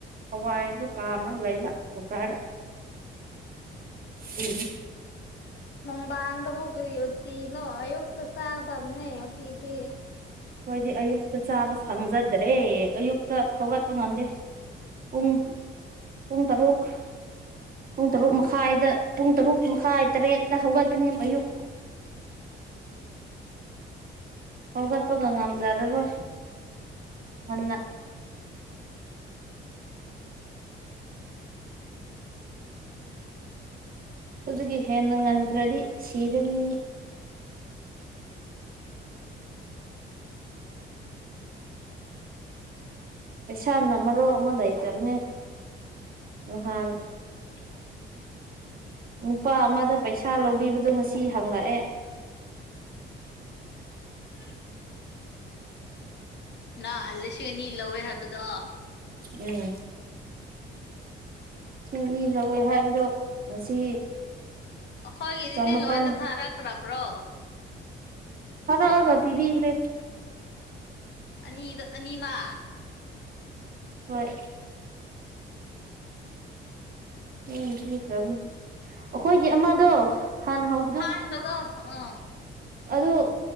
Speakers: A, on the right (about 45°); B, on the left (about 60°).
A: ꯍꯋꯥꯏꯗꯨ ꯀꯥ ꯑꯃꯅ ꯂꯩꯕ ꯀꯨꯀꯥꯔꯗ ꯎꯝ
B: ꯅꯨꯡꯗꯥꯡꯗꯕꯨ ꯀꯔꯤ ꯎꯇꯤꯅꯣ ꯑꯌꯨꯛꯇ ꯆꯥꯒꯗꯕꯅꯦ ꯎꯇꯤꯗꯤ
A: ꯍꯣꯏꯗꯤ ꯑꯌꯨꯛꯇ ꯆꯥꯕ ꯁꯪꯖꯗ꯭ꯔꯦ ꯑꯌꯨꯛꯇ ꯍꯧꯒꯠꯄ ꯉꯝꯗꯦ ꯄꯨꯡ ꯄꯨꯡ ꯇꯔꯨꯛ ꯄꯨꯡ ꯇꯔꯨꯛ ꯃꯈꯥꯏꯗ ꯄꯨꯡ ꯇꯔꯨꯛ ꯃꯈꯥꯏ ꯇꯔꯦꯠꯇ ꯍꯧꯒꯠꯄꯅꯤ ꯑꯌꯨꯛ ꯍꯧꯒꯠꯄꯒ ꯉꯝꯖꯔꯔꯣꯏ ꯉꯟꯅ ꯑꯗꯨꯒꯤ ꯍꯦꯟꯅ ꯉꯟꯈ꯭ꯔꯗꯤ ꯁꯤꯔꯅꯤ ꯄꯩꯁꯥꯅ ꯃꯔꯨꯞ ꯑꯃ ꯂꯩꯇꯕꯅꯦ ꯅꯍꯥꯟ
B: <unintelligible>
A: ꯅꯨꯄꯥ ꯑꯃꯗ ꯄꯩꯁꯥ ꯂꯧꯕꯤꯕꯗꯣ ꯉꯁꯤ ꯍꯥꯡꯪꯂꯛꯑꯦ
B: <inaudible> ꯅ ꯂꯤꯁꯤꯡ ꯑꯅꯤ ꯂꯧꯋꯦ ꯍꯥꯏꯕꯗꯣ
A: ꯎꯝ ꯆꯤꯡ ꯃꯤ ꯂꯧꯋꯦ ꯍꯥꯏꯕꯗꯣ ꯉꯁꯤ
B: ꯑꯩꯈꯣꯏꯒꯤꯗꯨꯗꯤ
A: ꯆꯃꯥꯄꯜ
B: ꯂꯣꯏꯅ ꯊꯥꯔꯛꯈ꯭ꯔꯕ꯭ꯔꯣ
A: ꯐꯉ ꯑꯣꯒ ꯄꯤꯗꯤꯈ꯭ꯔꯦ
B: ꯑꯅꯤꯗ ꯑꯅꯤꯃ
A: ꯍꯣꯏ ꯎ ꯀ꯭ꯔꯕ ꯑꯩꯈꯣꯏꯒꯤ ꯑꯃꯗꯣ ꯍꯥꯟꯅ ꯍꯧ
B: ꯇꯥꯟꯕꯥꯟꯕꯗꯣ ꯑ
A: ꯑꯗꯨꯗ